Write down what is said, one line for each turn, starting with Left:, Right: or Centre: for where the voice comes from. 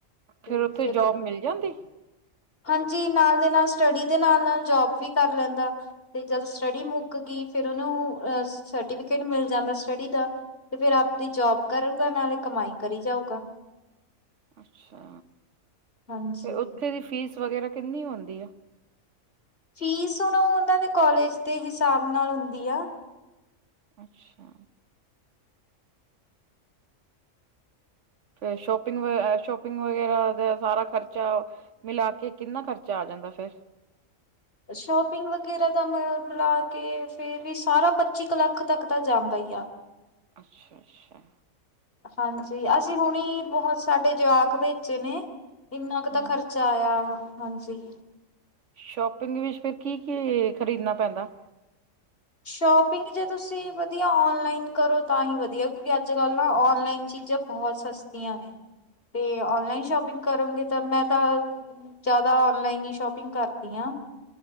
Left: ਤੇ
Right: ਫੇਰ ਉੱਥੇ
Left: ਫਿਰ
Right: ਜੋਬ ਮਿਲ ਜਾਂਦੀ।
Left: ਹਾਂਜੀ ਨਾਲ ਦੇ ਨਾਲ ਸਟੱਡੀ ਦੇ ਨਾਲ ਨਾਲ ਜੋਬ ਵੀ ਕਰ ਲੈਂਦਾ। ਤੇ ਜਦੋਂ ਸਟੱਡੀ ਮੁੱਕ ਗਈ ਫਿਰ ਉਹਨੂੰ ਸਰਟੀਫਿਕੇਟ ਮਿਲ ਜਾਂਦਾ ਸਟੱਡੀ ਦਾ। ਤੇ ਫੇਰ ਆਪਦੀ ਜੋਬ ਕਰੂਗਾ ਨਾਲੇ ਕਮਾਈ ਕਰੀ ਜਾਊਗਾ।
Right: ਅੱਛਾ
Left: ਹਾਂਜੀ।
Right: ਤੇ ਉੱਥੇ ਦੀ ਫੀਸ ਵਗੈਰਾ ਕਿੰਨੀ ਹੁੰਦੀ ਐ।
Left: ਫੀਸ ਹੁਣ ਉਹ ਉਹਨਾਂ ਦੇ ਕੋਲਜ ਦੇ ਹਿਸਾਬ ਨਾਲ ਹੁੰਦੀ ਆ।
Right: ਅੱਛਾ। ਫ ਸ਼ੋਪਿੰਗ ਸ਼ੋਪਿੰਗ। ਵਗੈਰਾ ਦਾ ਸਾਰਾ ਖਰਚਾ ਮਿਲਾ ਕੇ ਕਿੰਨਾ ਖਰਚਾ ਆ ਜਾਂਦਾ ਫੇਰ।
Left: ਸ਼ੋਪਿੰਗ ਵਗੈਰਾ ਦਾ ਮ ਮਿਲਾ ਕੇ ਫੇਰ ਵੀ ਸਾਰਾ ਪੱਚੀ ਕ ਲੱਖ ਤੱਕ ਦਾ ਜਾਂਦਾ ਹੀ ਆ। ਹ <unintelligible>
Right: ਅੱਛਾ ਅੱਛਾ।
Left: ਹਾਂਜੀ ਅਸੀਂ ਹੁਣੇ ਬਹੁਤ ਸਾਡੇ ਜਵਾਕ ਭੇਜੇ ਨੇ। ਇੰਨਾ ਕੁ ਤਾਂ
Right: ਹੂੰ
Left: ਖਰਚਾ ਆਇਆ ਹਾਂਜੀ।
Right: ਸ਼ੋਪਿੰਗ ਵਿੱਚ ਫੇਰ ਕੀ ਕੀ ਖਰੀਦਣਾ ਪੈਂਦਾ।
Left: ਸ਼ੋਪਿੰਗ ਜੇ ਤੁਸੀਂ ਵਧੀਆ ਔਨਲਾਈਨ ਕਰੋ ਤਾਂ ਹੀ ਵਧੀਆ ਕਿਉਂਕਿ ਅੱਜ ਕੱਲ੍ਹ ਨਾ ਔਨਲਾਈਨ ਚੀਜ਼ਾਂ। ਬਹੁਤ ਸਸਤੀਆਂ ਨੇ ਤੇ ਔਨਲਾਈਨ ਸ਼ੋਪਿੰਗ ਕਰੋਗੇ। ਮੈਂ ਤਾਂ ਜਿਆਦਾ ਔਨਲਾਈਨ ਹੀ ਸ਼ੋਪਿੰਗ ਕਰਦੀ ਹਾਂ।